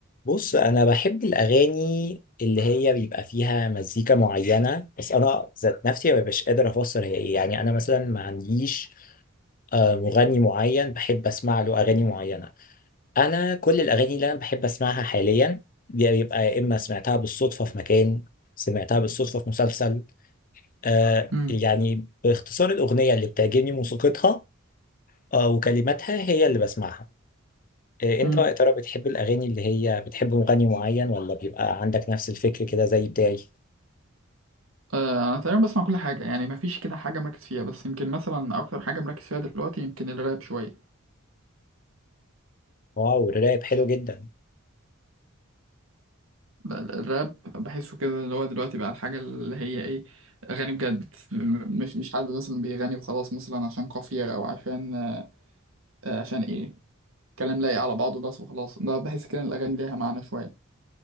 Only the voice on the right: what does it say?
امم
امم
آه انا تقريبا بسمع كل حاجه يعني ما فيش كده حاجه مركز فيها بس يمكن مثلا اكتر حاجه مركز فيها دلوقتي يمكن الراب شويه
ال- الراب بحسه كده اللي هو دلوقتي بقى الحاجه اللي هي ايه اغاني بجد م- مش مش حد مثلا بيغني وخلاص مثلا عشان قافيه او عشان آه عشان ايه كلام لايق على بعضه بس وخلاص ده بحس كده إن الاغاني ليها معنى شويه